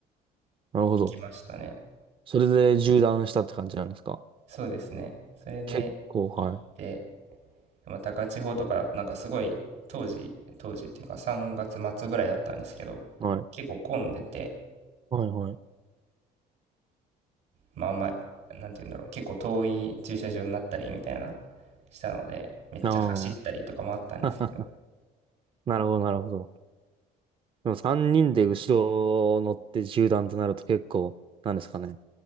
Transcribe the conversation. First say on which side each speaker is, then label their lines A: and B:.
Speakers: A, on the right; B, on the right.
A: ー、なるほど。
B: 行きましたね。
A: それで縦断したって感じなんですか
B: そうですね。それで行って、
A: 結構、はい。
B: まあ、高千穂とかだと、なんかすごい、当時、当時っていうか3月末ぐらいだったんですけど、
A: はい。
B: 結構混んでて、
A: はい、はい。
B: まあ、あんま、なんて言うんだろう、結構遠い駐車場になったりみたいな、したので、めっちゃ走ったりとかもあったんですけど、
A: ああ。<laughs> なるほど、なるほど。でも3人で後ろ乗って縦断となると結構、なんですかね。